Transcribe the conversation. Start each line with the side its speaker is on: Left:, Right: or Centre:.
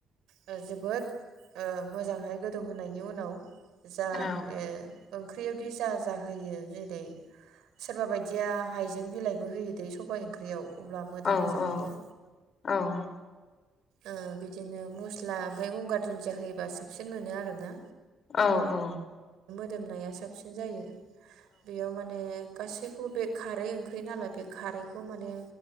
Right: ओ जोबोद ओ मोजांहाय गोदौ होनायनि उनाव जा
Left: औ
Right: ओ ओंख्रियावदि जा जा होयो जेरै सोरबा बायदिया हाइजें बिलाइबो होयो दै सबाय ओंख्रियाव अब्ला मोदोमो
Left: औ
Right: जाहैदों
Left: औ औ
Right: ओ बिदिनो मस्ला ओमफ्राय गंगार दुन्दिया होयोबा साबसिन मोनो आरोना।
Left: औ औ
Right: दोमनाया साबसिन जायो। बेयाव माने गासैखौबो बे खारै ओंख्रि नालाय बे खारै खौ माने